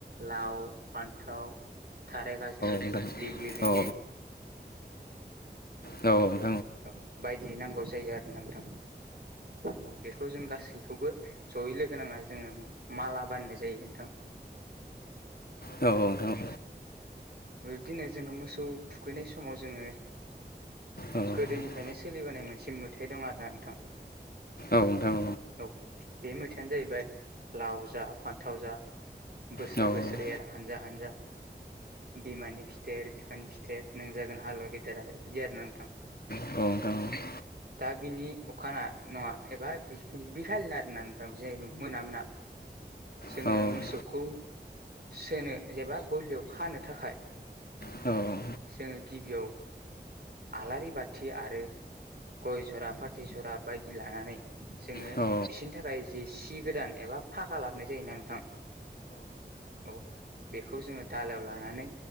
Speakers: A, on the right; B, on the left.
A: लाव फान्थाव थाराइ गाजलि
B: नोंथां
A: दिग्लि लिटि।
B: औ नोंथां औ औ औ
A: औ बायदि नांगौ जायो आरोना नोंथां। औ बेखौ जों गासैखौबो जयै लोगो नांना जोङो माला बानायनाय जायो नोंथां। <inaudible>
B: औ औ नोंथां औ।
A: बिब्दिनो जोङो मोसौ थुखैनाय समाव जोङो।
B: औ
A: गोदोनिफ्रायनो सोलिबोनाय मोनसे मोथाय दं आरो ना नोंथां।
B: औ नोंथां
A: औ बे मेथायानो जाहैबाय लाव जा फान्थाव जा बोसोर
B: लावजा
A: बोसोर
B: फान्थाव
A: एर हानजा हानजा। बिमानि खिथेर बिफानि खिथेर नों जागोन हालुवा गेदेर आरो बिदि आरो नोंथां।
B: औ नोंथां औ।
A: दा बिनि अखाना नङा एबा बिखालिनो आरोना नोंथां मोना मोना। जोङो
B: बिदिया आरोना
A: मोसौखौ सोनो जेबा गलियाव खानो थाखाय।
B: नोंथां
A: जोङो गिबियाव आलारि बाथि आरो। गय जरा फाथै जरा बायदि लानानै जोङो
B: दा बिनि खाना खुना एबा बे
A: बिसोरनि थाखाय जि सि गोदान एबा फागा लाबनाय जायोना नोंथां। औ बेखौ जोङो दालायाव लानानै।